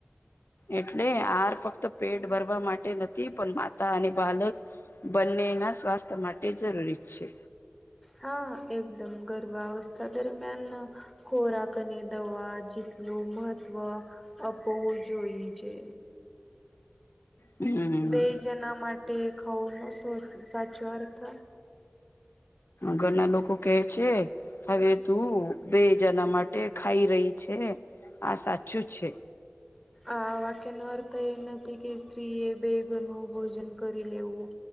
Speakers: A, on the left (about 70°); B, in the centre.
A: એટલે આ ફક્ત પેટ ભરવા માટે નથી પણ માતા અને બાળક. બંનેના સ્વાસ્થ્ય માટે જરૂરી છે.
B: હા, એકદમ ગર્ભવસ્થા દરમિયાન ખોરાક ને દવા જટલું મહત્વ આપવું જોઈએ છે.
A: હમ
B: બે જના માટે ખાવાનો સાચો અર્થ
A: ઘરના લોકો કહે છે. હવે તું બે જણા માટે ખાઈ રહી છે, આ સાચું જ છે.
B: આ વાક્યનો અર્થ એ નથી કે સ્ત્રી એ બે ઘરનું ભોજન કરી લેવું.